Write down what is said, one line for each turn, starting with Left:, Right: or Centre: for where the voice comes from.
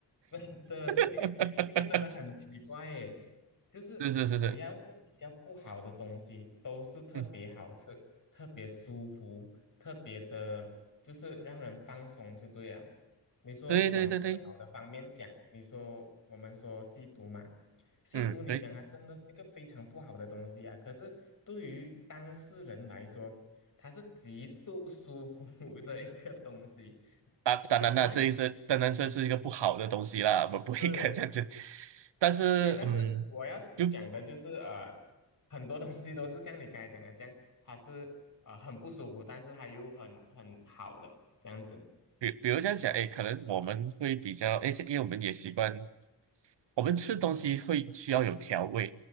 Left: <laughs> 的这个
Right: <laughs>
Left: <laughs> 这个真的很奇怪耶，就是只要是比较不好的东西，
Right: 是是是是，
Left: 都是特别好吃、
Right: 嗯，
Left: 特别舒服、特别的，就是让人放松就对了。你说往不好的方面讲，
Right: 对对对对，
Left: 你说我们说吸毒嘛，吸毒你讲它真的是一个非常不好的东西啊，
Right: 嗯对，
Left: 可是对于当事人来说，它是极度舒服 <laughs> 的一个东西。
Right: 当当然了，
Left: That's why
Right: 这一是当然这是一个不好的东西啦，我们不应该这样子。
Left: 是。
Right: 但是嗯，
Left: 对，但是我要讲的就是，
Right: 就
Left: 呃，很多东西都是像你刚才讲的这样，它是呃很不舒服，但是它又很很好的这样子。
Right: 比比如这样讲，哎，可能我们会比较，哎，因为我们也习惯。我们吃东西会需要有调味，